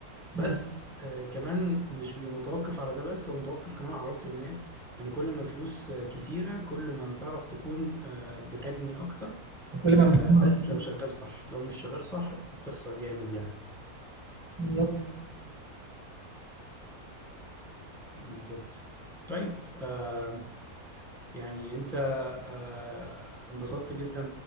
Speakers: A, in the centre; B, on the right.
A: بس
B: مم.
A: آه كمان مش بيبقى متوقف على ده بس هو متوقف كمان على رأس المال لأن يعني كل ما الفلوس آه، كتيرة كل ما تعرف تكون آه بتجني أكتر
B: وكل
A: آه
B: ما المنظومة
A: بس
B: تزيد
A: لو شغال صح لو مش شغال صح ممكن تخسر جامد يعني
B: بالظبط
A: بالظبط طيب آه يعني انت آه انبسطت جدا